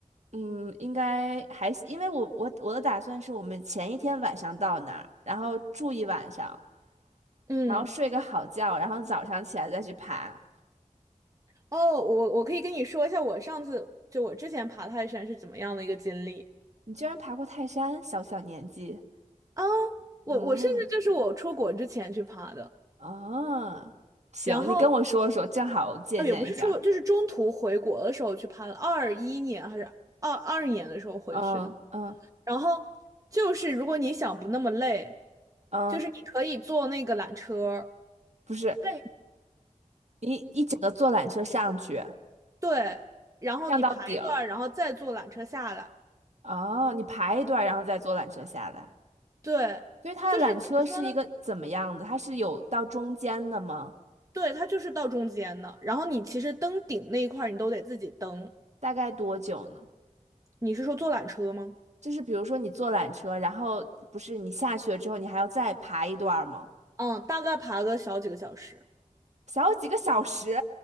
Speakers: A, on the right; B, on the right.
A: 嗯，应该还，因为我我我的打算是我们前一天晚上到那儿，然后住一晚上。
B: 嗯，
A: 然后睡个好觉，然后早上起来再去爬。
B: 哦，我我可以跟你说一下，我上次就我之前爬泰山是怎么样的一个经历
A: 你居然爬过泰山，小小年纪，
B: 啊？我我甚至就是我出国之前去爬的，
A: 嗯，啊，行，
B: 然后
A: 你跟我说说，正好我借鉴一下。
B: 啊，也不是说，就是中途回国的时候去爬，的，二一年还是二二年的时候回去的。
A: 嗯嗯
B: 然后就是如果你想不那么累，
A: 嗯，
B: 就是你可以坐那个缆车，
A: 不是，
B: 但你
A: 你一整个坐缆车上去，
B: 对，然后你排一段，
A: 上到顶，
B: 然后再坐缆车下来。
A: 哦，你爬一段，然后再坐缆车下来。
B: 对，
A: 所以它的缆车是一个怎么样的？
B: 就是怎么说呢？
A: 它是有到中间的吗？
B: 对，它就是到中间的。然后你其实登顶那一块儿你都得自己登。
A: 大概多久呢？
B: 你是说坐缆车吗？
A: 就是比如说你坐缆车，然后不是你下去了之后，你还要再爬一段儿吗？
B: 嗯，大概爬个小几个小时。
A: 小几个小时，